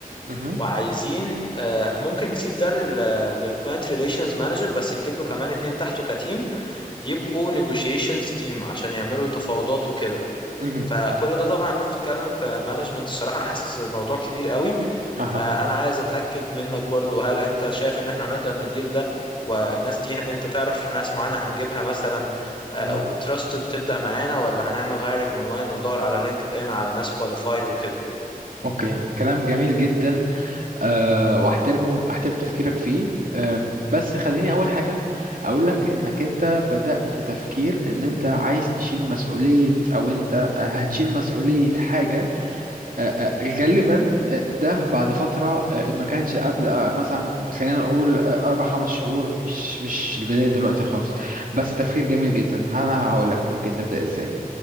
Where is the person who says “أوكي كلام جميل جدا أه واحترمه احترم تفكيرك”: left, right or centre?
Right